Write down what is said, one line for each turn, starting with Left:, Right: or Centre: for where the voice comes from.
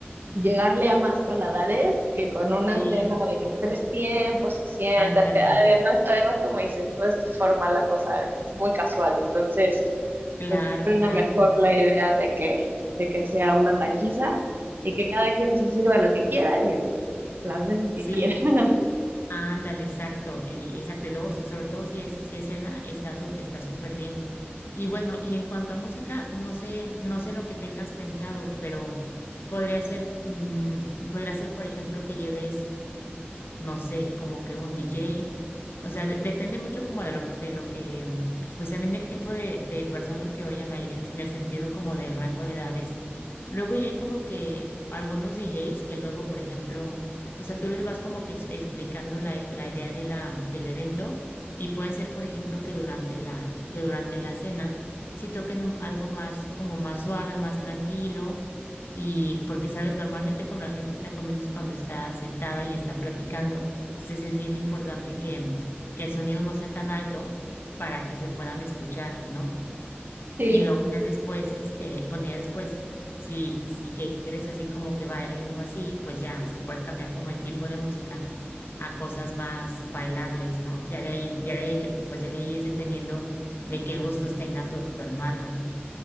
Right: llegarle a más paladares que con una
Left: sí,
Right: cena de que tres tiempos y siéntate.
Left: ándale,
Right: Además, además como dices, no es formal la cosa, es muy casual. Entonces,
Left: claro,
Right: pues sí suena
Left: claro.
Right: mejor la idea de que, de que sea una tachiza y que cada quien se sirva lo que quiera y las veces que
Left: Sí,
Right: quiera. <laughs>
Left: Ándale, exacto, y exacto, y luego so- sobre todo si es si es cena, está su- está súper bien. Y bueno, y en cuanto a música, no sé, no sé lo que tengas pensado, pero podría ser mm, podría ser por ejemplo que lleves no sé, como que un DJ. O sea, de- depende mucho como de lo, de lo que, pues también del tipo de, de personas que vayan a ir en, en el sentido como del rango de edades. Luego ya hay como que algunos DJs que luego, por ejemplo, o sea, tú les vas como que ex- explicando la, la idea de la, del evento y puede ser, por ejemplo, que durante la, que durante la cena si toquen un- algo más, como más suave, más tranquilo y porque, sabes, normalmente cuando la gente está comiendo es cuando está sentada y está platicando. Entonces es bien importante que, que el sonido no sea tan alto para que se puedan escuchar, ¿no?
Right: Sí,
Left: Y luego ya después, este, bueno, ya después, si, si quieres así como que bailen o así, pues ya se puede cambiar como el tipo de música a cosas más bailables, ¿no? Ya de ahí, ya de ahí, de- pues ya de ahí es dependiendo de qué gustos tenga tu hermana.